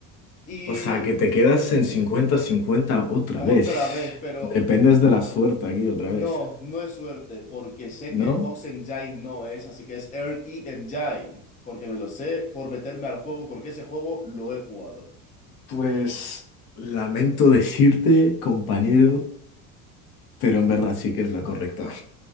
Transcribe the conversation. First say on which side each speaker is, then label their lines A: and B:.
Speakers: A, on the left (about 20°); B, on the left (about 55°).
A: y
B: O sea, que te quedas en cincuenta-cincuenta otra
A: otra
B: vez.
A: vez, pero...
B: Dependes de la suerte aquí otra
A: No,
B: vez,
A: no es suerte, porque sé
B: ¿no?
A: que Fox Engine no es, así que es RE Engine, porque me lo sé por meterme al juego, porque ese juego lo he jugado.
B: Pues lamento decirte, compañero, pero en verdad sí que es la correcta.